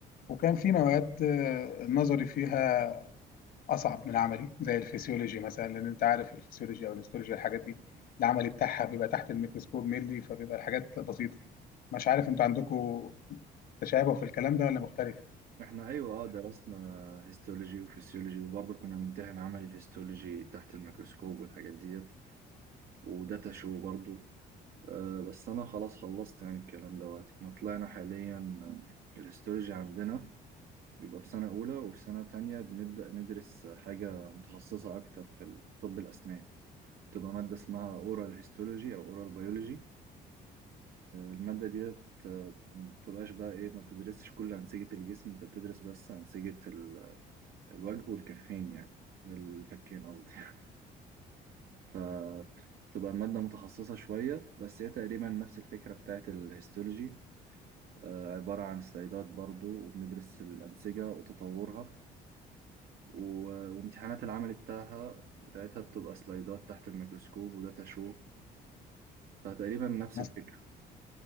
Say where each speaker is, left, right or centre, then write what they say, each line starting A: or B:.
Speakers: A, on the left; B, on the right.
A: وكان في مواد آه، النظري فيها اصعب من عملي زي الفسيولوجي مثلا لان انت عارف الفسيولوجي او الهيستولوجي الحاجات دي العملي بتاعها بيبقى تحت الميكروسكوب ملي فبيبقى الحاجات بسيطه مش عارف انتوا عندكم تشابه في الكلام ده ولا مختلف
B: احنا ايوه اه درسنا هيستولوجي وفسيولوجي وبرضه كنا بنمتحن عملي الهيستولوجي تحت الميكروسكوب والحاجات ديت وداتا شو برضو آه، بس انا خلاص خلصت يعني الكلام دوت احنا طلعنا حاليا آه، الهيستولوجي عندنا بيبقى في سنة أولى وفي سنة تانية بنبدأ ندرس حاجة متخصصة أكتر في ال- في طب الأسنان بتبقى مادة اسمها أورال هيستولوجي أو أورال بيولوجي المادة ديت آه، مبتبقاش بقى إيه ما بتدرسش كل أنسجة الجسم أنت بتدرس بس أنسجة ال- الوجه والكفين يعني الفكين قصدي <laughs> فتبقى المادة متخصصة شوية بس هي تقريبا نفس الفكرة بتاعت الهيستولوجي آه، عبارة عن سلايدات برضو وبندرس الأنسجة وتطورها و- وامتحانات العمل بتاعها بتاعتها بتبقى سلايدات تحت الميكروسكوب وداتا شو فتقريبا نفس
A: ناس-
B: الفكرة